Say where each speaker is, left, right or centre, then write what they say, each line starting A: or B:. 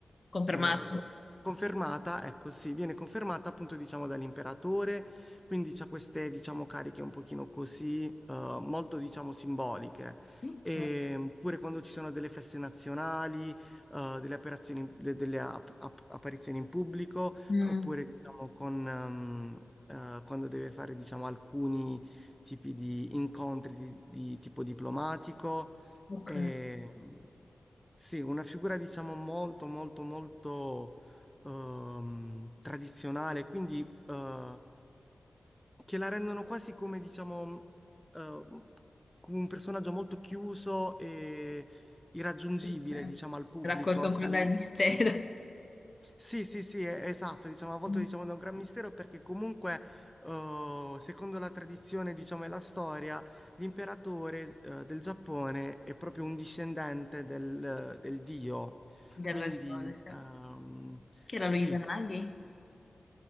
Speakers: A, on the left (about 35°); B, in the centre.
A: Confermato.
B: eh, confermata, ecco sì, viene confermata appunto diciamo dall'imperatore, quindi c'ha queste diciamo cariche un pochino così, eh, molto diciamo simboliche.
A: Ok.
B: E pure quando ci sono delle feste nazionali, eh, delle operazioni- de- delle ap- ap- apparizioni in pubblico,
A: Mm,
B: oppure diciamo con, ehm, eh, quando deve fare diciamo alcuni tipi di incontri di, di tipo diplomatico.
A: ok.
B: E, mh, sì, una figura diciamo molto, molto, molto ehm, tradizionale, quindi eh, che la rendono quasi come diciamo mh, eh, come un personaggio molto chiuso e irraggiungibile,
A: Sì.
B: diciamo, al pubblico.
A: Raccolto ancora
B: Cioè,
A: dal mistero
B: sì, sì, sì, e- esatto, diciamo, a volte
A: Mm.
B: diciamo da un gran mistero perché comunque, eh, secondo la tradizione, diciamo, e la storia, l'imperatore, eh, del Giappone è proprio un discendente del, del dio.
A: del
B: Quindi,
A: Re Sole, sì.
B: ehm,
A: Che era
B: sì,
A: lui Izanagi?